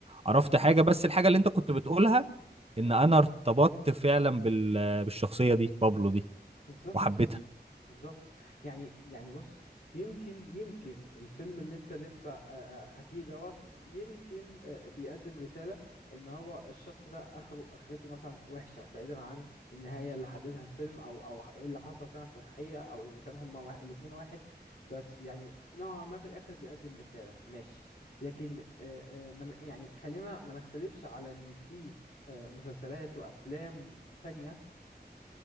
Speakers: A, on the left; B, on the right.
A: م.
B: عرفت حاجة بس الحاجة اللي انت كنت بتقولها ان
A: قولي
B: انا ارتبطت فعلا بال- بالشخصية دي بابلو دي
A: بالظبط
B: وحبيتها
A: بالظبط يعني يعني بص يمكن يمكن الفيلم اللي انت لسه آه، آه، حكيه دوت يمكن آه، بيقدم رسالة ان هو الشخص ده اخره اخرته مثلا وحشة بعيدا عن النهاية اللي حددها الفيلم او او ايه اللي حصل فعلا في الحقيقة او اذا كان هما واحد الاتنين واحد بس يعني نوعا ما في الاخر بيقدم رسالة ماشي لكن آه، آه، من يعني خلينا ما نختلفش على ان في آه، مسلسلات وافلام تانية